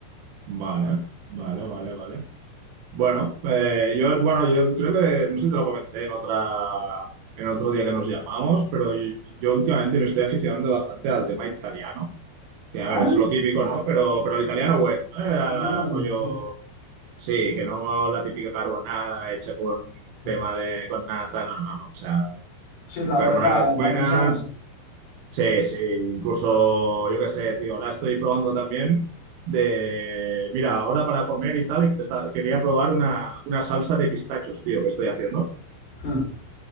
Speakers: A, on the right; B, on the left.
A: Vale, vale, vale, vale. Bueno, eh, yo, bueno, yo creo que, no sé si te lo comenté en otra, en otro día que nos llamamos, pero yo, yo últimamente me estoy aficionando bastante al tema italiano, que a
B: ¿Al?
A: ver, es lo típico, Ah, ¿no? Pero, pero el italiano bueno, eh,
B: Italiana buena,
A: rollo,
B: sí.
A: sí, que no la típica carbonada hecha con
B: Ah.
A: crema de, con nata, no, no, no, o sea,
B: Sí, la
A: carbonadas
B: de verdad, la de parmesano.
A: buenas, Sí, sí, incluso, yo qué sé, tío, ahora estoy probando también de, mira, ahora para comer y tal, y esta- quería probar una, una salsa de pistachos, tío, que estoy haciendo.
B: <laughs>